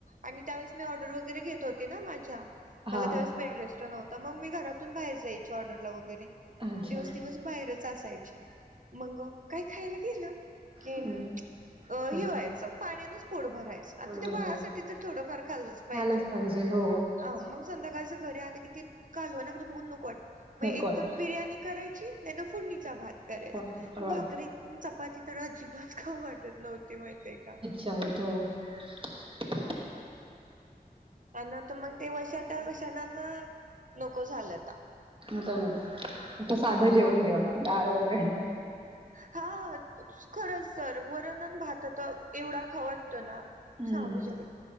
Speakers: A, on the right (about 55°); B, on the right (about 35°).
A: आणि त्यावेळेस- मी ऑर्डर वैगरे घेत होते नां मार्चच्या,
B: हा
A: मला त्यावेळेस बेडरे- स्ट नवतं मग मी घरातून बाहेर जायची ऑर्डरला वगैरे.
B: अच्छा
A: दिवस दिवस बाहेरच असायचे मग काय खायला गेलं. कि
B: हम्म,
A: अं
B: नको
A: हे व्हायचं पाण्यांनच पोट भरायचं आता
B: पोट
A: ते
B: भरायचं
A: बाळासाठी तर थोडंफार खाल्लंच पाहिजे
B: खायलाच
A: ना
B: हो
A: आं मग- संध्याकाळीच घरी आलं कि ते कालवनाकडे बघून नको वाटायच मं
B: नको
A: एकतर
B: वाटत
A: बिर्याणी- करायची नाहीतर फोडणी भात करायचा
B: कोणाचा वाद
A: भाकरी अं चपाती- तर अजिबात खाऊ वाटत नव्हती माहितेयं का.
B: जाऊत ओ- <inaudible>
A: <unintelligible> आणि नंतर तर मग ते वर्षात विषाणा न नको झालयं आता.
B: आता नको आता साधं जेवण जेवा डाळवरण.
A: हां खरंच सर वरण अन् भात आता एवढा खाऊ वाटतो नां.
B: हम्म
A: सांगू शकत,